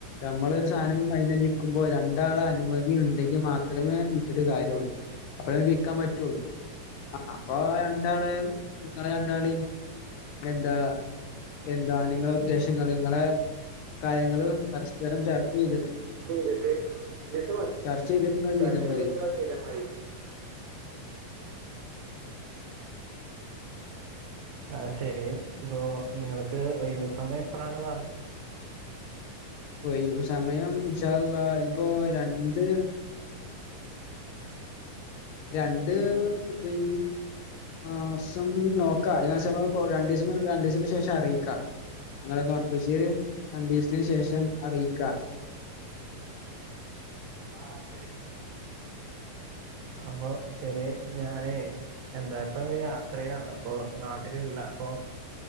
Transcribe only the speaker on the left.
നമ്മളൊ ഒരു സാധനം അയ്ൻ നിക്കുമ്പോ രണ്ടാള് അനുമതി ഉണ്ടെങ്കിൽ മാത്രമേ വിട്ടിട്ട് കാര്യള്ളൂ അപ്പോ വിക്കാൻ പറ്റുള്ളു ആഹ് അപ്പൊ ആ രണ്ടാളെ നിങ്ങളെ രണ്ടാളും എന്താ എന്താണ് നിങ്ങളെ ഉദ്ദേശങ്ങൾ നിങ്ങളെ കാര്യങ്ങള്ൾ പരസ്പരം ചർച്ച ചെയ്
ചർച്ച ചെയ്തിട്ട് നിങ്ങൾ
ചെയ്താൽ മതി.
ഒഴിവ് സമയം ഇൻചാ അള്ളാ ഇനിപ്പോ രണ്ട് രണ്ട് ഇപ്പൊ ഈ മാസം നോക്ക ഈ മാസം മ്മള് രണ്ടിസം രണ്ടിസം ശേഷം ട്ട് അറിയിക്കാ എ <unintelligible> ഒറപ്പിച്ച് രണ്ടിസ്ത്തിന് ശേഷം അറിയിക്ക